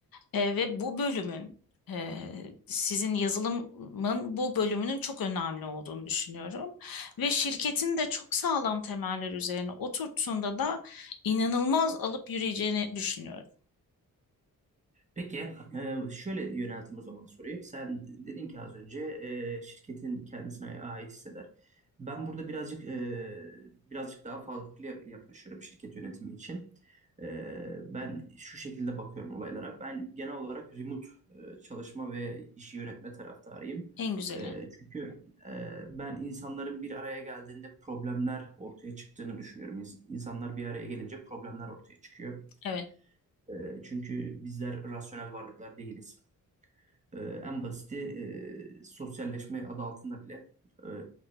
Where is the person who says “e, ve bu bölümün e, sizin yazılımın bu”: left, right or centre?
Left